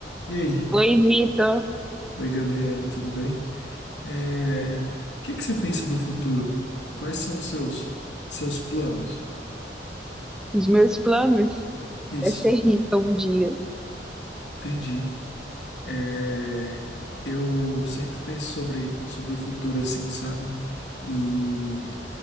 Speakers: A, on the left; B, in the centre.
A: E aí?
B: Oi, Vitor.
A: Oi, Gabriele, tudo bem? É, O que que você pensa do futuro? Quais são os seus seus planos?
B: Os meus planos
A: Isso,
B: é ser rica um dia.
A: entendi. É, Eu sempre penso sobre sobre o futuro assim, sabe? E